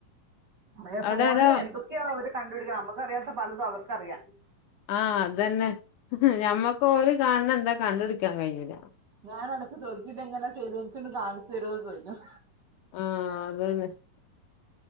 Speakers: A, on the right (about 60°); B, on the left (about 70°).
A: അഹ്
B: അവിടെ
A: ഫോണില്
B: ആരോ
A: എന്തൊക്കെയാ അവര് കണ്ടുപിടിക്ക നമുക്കറിയാത്ത പലതും അവർക്കറിയാം.
B: ആഹ് അതന്നെ ഞമ്മക്ക് ഓല് കാണണന്താ കണ്ടു പിടിക്കാൻ കഴിഞ്ഞില്ല.
A: ഞാനടക്ക് ചോദിച്ചി ഇത് എങ്ങനെയാ ചെയ്ത എനക്ക് ഒന്ന് കാണിച്ചു തരൊന്ന് ചോദിക്കും
B: ആഹ് അതന്നെ